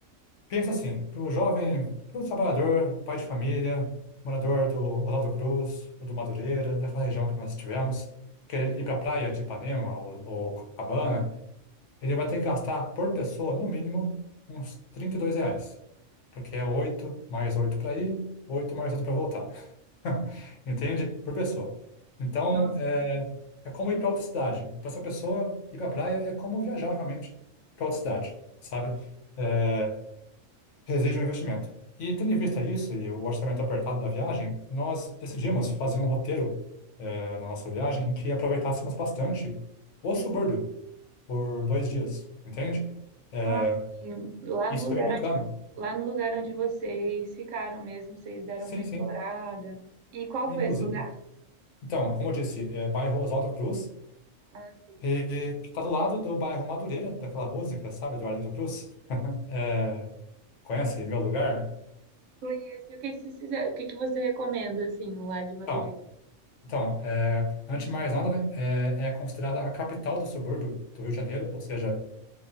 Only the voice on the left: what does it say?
Pensa assim, para o jovem, para o trabalhador, pai de família, morador do Oswaldo Cruz ou do Madureira, daquela região que nós estivemos, querer ir para a praia de Ipanema ou, ou Copacabana, ele vai ter que gastar por pessoa, no mínimo, uns 32 reais. Porque é 8 mais 8 para ir, 8 mais 8 para voltar. <laughs> Entende? Por pessoa. Então,
é,
é como ir para outra cidade. Para essa pessoa, ir para a praia é como viajar realmente para outra cidade, sabe? É, reseja um investimento. E tendo em vista isso e o orçamento apertado da viagem, nós decidimos fazer um roteiro eh, na nossa viagem em que aproveitássemos bastante o subúrbio por dois dias, entende? Eh,
isso
foi bem
bacana.
Sim,
sim.
Inclusive,
então, como eu disse, é bairro Oswaldo Cruz,
e que está do lado do bairro Madureira, daquela música, sabe, do Arlindo Cruz? <laughs> Eh, conhece Meu Lugar?
Então, Então, é, antes de mais nada, né, é, é considerada a capital do subúrbio do Rio de Janeiro, ou seja,